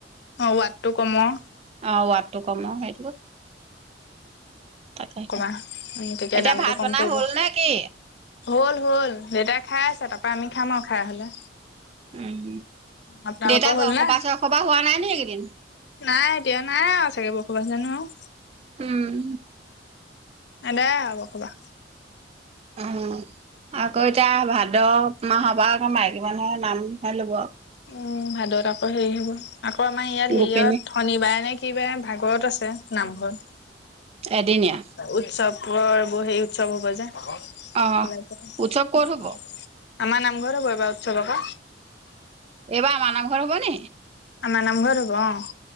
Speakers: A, on the left; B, on the right.
A: অ ৱাটটো কমৰ
B: অহ, ৱাতটো কম ন' সেই তাকে
A: ক'বা, উম, তেতিয়া
B: এতিয়া
A: দামটো
B: ভাত
A: কম
B: বনাই
A: পৰিব।
B: হ'ল নে কি
A: হল হল, দেউতাই খাই আছে তাৰ পৰা আমি খাম আৰু খাই হলে।
B: উম,
A: আপোনালোকৰ
B: দেউতা
A: হ'ল
B: বৰ-সবাহ
A: নে
B: চৰ-সবাহ হোৱা নাই নি এইকেইদিন?
A: নাই এতিয়া নাই আৰু চাগে <unintelligible> জানো আৰু।
B: উম।
A: দে হ'ব কবা।
B: অ', আকৌ এতিয়া ভাদ মাহৰ পৰা আকৌ মাইকী মানুহে নাম চাই ল'ব আৰু।
A: উম, ভাদত আকৌ হেৰি হ'ব, আকৌ আমাৰ ইয়াত হেৰিয়ত
B: গোপিনী
A: শনিবাৰে নে কিবাৰে ভাগৱত আছে নামঘৰত।
B: এদিনীয়া
A: উৎসৱপুৰৰ এইবোৰ হেই উৎসৱ হ'ব যে। <unintelligible>
B: অ উৎসৱ ক'ত হ'ব
A: আমাৰ নামঘৰত হব এইবাৰ উৎসৱ আকৌ।
B: এইবাৰ আমাৰ নামঘৰত হ'বনি?
A: আমাৰ নামঘৰত হ'ব, অ'।